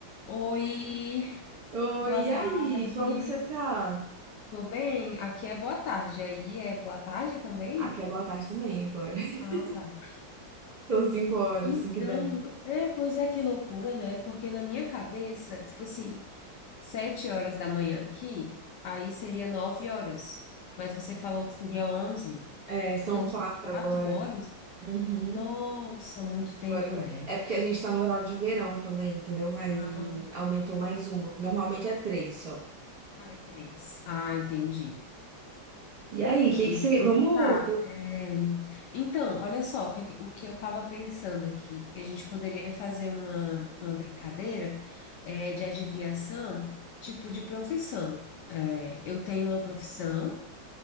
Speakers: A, on the left; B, on the right.
A: Oi,
B: Oi,
A: boa
B: e
A: tarde.
B: aí? Como que você tá?
A: Tô bem? Aqui é boa tarde. Aí é boa tarde também?
B: Aqui é boa tarde também agora. <laughs>
A: Ah, tá.
B: São 5 horas,
A: Então,
B: 5 e 10.
A: é, pois é, que loucura, né? Porque na minha cabeça, tipo assim, sete horas da manhã aqui, aí seria nove horas. Mas você falou que seria onze.
B: É, são
A: Então,
B: 4
A: são quatro
B: agora.
A: horas?
B: Uhum.
A: Nossa, muito tempo,
B: Agora tá-
A: né?
B: É porque a gente tá no horário de verão também, entendeu? Aí
A: Ah,
B: aumentou mais uma, que normalmente é três só.
A: ah, é três. Ah, entendi.
B: E aí, o que
A: Então,
B: que você... Vamos...
A: tá. É, Então, olha só, o que, o que eu estava pensando aqui, que a gente poderia fazer uma, uma brincadeira é, de adivinhação, tipo de profissão. É, eu tenho uma profissão